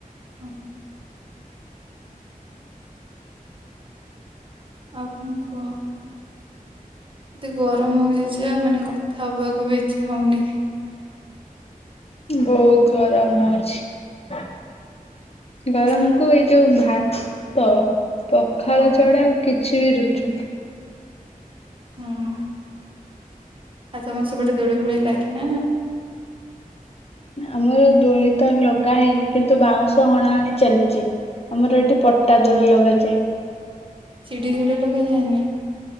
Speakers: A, on the right; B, on the left.
A: ଓହ। ଆଉ କଁ କୁହ? ଏତେ ଗରମ ହଉଜିଜେ ଆ ମାନେ କଥା ହବାକୁ ବି ଇଛା ହଉନି।
B: ବହୁତ ଗରମ ହଉଛି। ଗରମଙ୍କୁ
A: ଆଛା
B: ଏଇ ଯୋଉ ଭାତ ପଖାଳ
A: ହଁ
B: ଛଡା ଆଉ କି ଛି ରୁଚୁନି।
A: ହୁଁ। ଆଉ ତମ ସେପଟେ ଦୁଳି ଫୁଳି ଲଗିନା
B: ଆମର ଦୋଇ ତ ଲଗା ହେଇନି କିନ୍ତୁ ବାଉଁଶ ହଣାହଣି ଚାଲିଚି। ଆମର ଏଠି ପଟା ଦୋଳି ଲଗାଯାଏ।
A: ସେଡିି କୁଡେ ଲୋକ ଯାଏନା?